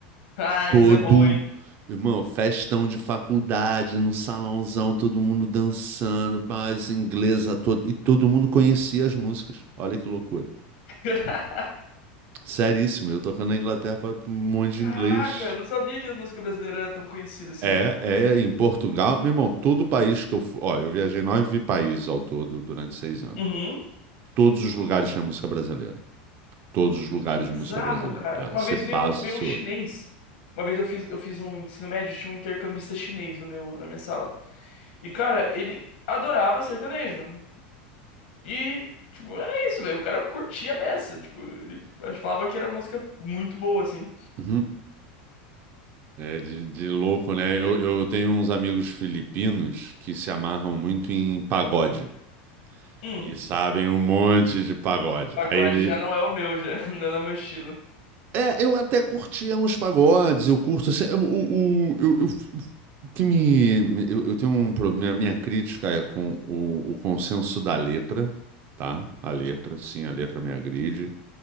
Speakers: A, on the left; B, on the right.
A: Ah, essas
B: todo,
A: é boa, hein?
B: irmão, festão de faculdade, no salãozão, todo mundo dançando, base inglesa todo, e todo mundo conhecia as músicas. Olha que loucura.
A: <laughs>
B: Seríssimo, eu tocando na Inglaterra para um monte de
A: Caraca,
B: inglês.
A: não sabia que a música brasileira era tão conhecida assim.
B: É, é, em Portugal, meu irmão, todo país que eu fui, ó, eu viajei nove países ao todo durante seis anos.
A: Uhum.
B: Todos os lugares tinha música brasileira. Todos os lugares
A: Que bizarro,
B: de música brasileira.
A: cara.
B: É,
A: Uma
B: você
A: vez
B: passa,
A: veio um, veio
B: você
A: um chinês.
B: ouve.
A: Uma vez eu fiz, eu fiz um ensino médio, tinha um intercambista chinês no meu, na minha sala. E, cara, ele adorava sertanejo. E, tipo, era isso, velho. O cara curtia a beça. Tipo, ele falava que era música muito boa, assim.
B: Uhum. É de, de louco, né?
A: E,
B: Eu, eu tenho uns amigos filipinos que se amarram muito em pagode
A: hum,
B: e sabem um monte de pagode.
A: pagode
B: Aí ele.
A: já não é o meu, já. <laughs> Não é o meu estilo.
B: É, eu até curtia uns pagodes, eu curto assim. O, o, o- eu, eu- o que me. me- Eu, eu tenho um problema. Minha crítica é com o, o consenso da letra, tá? A letra, sim, a letra me agride.